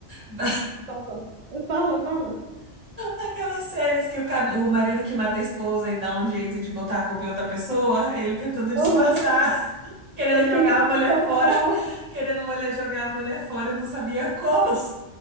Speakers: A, on the right; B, on the right.
A: <laughs>
B: <laughs> Fala, fala.
A: Aquelas séries que o, ca- o marido que mata a esposa e dá um jeito de botar a culpa em outra pessoa, ele tentando disfarçar,
B: Uhum.
A: <laughs> querendo
B: Ele
A: jogar
B: tentou
A: a mulher
B: se soltar,
A: fora, <laughs> querendo mulher jogar a mulher fora e não sabia como.